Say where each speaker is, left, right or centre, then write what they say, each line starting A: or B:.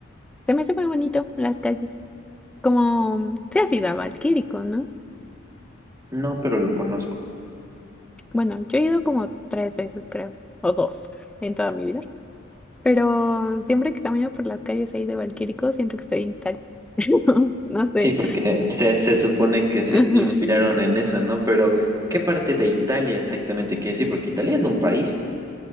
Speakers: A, in the centre; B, on the right.
A: Se me hace muy bonito las calles. Como mm, se ha sido a Valquírico, ¿no?
B: No, pero lo conozco.
A: Bueno, yo he ido como tres veces, creo, o dos en toda mi vida. Pero siempre que camino por las calles ahí de Valquírico, siento que estoy en Italia. <laughs> No sé.
B: Sí, porque se, se supone que se
A: Ajá.
B: inspiraron en eso, ¿no? Pero, ¿qué parte de Italia exactamente quiere decir? Porque Italia es un país.